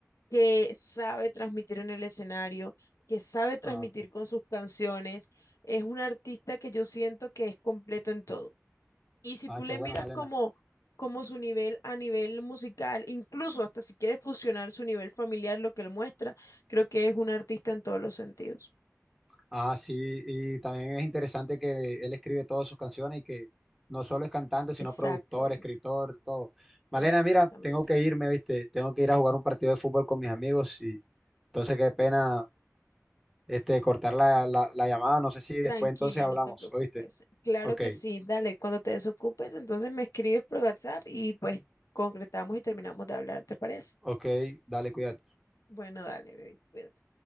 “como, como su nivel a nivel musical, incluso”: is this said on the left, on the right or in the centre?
Left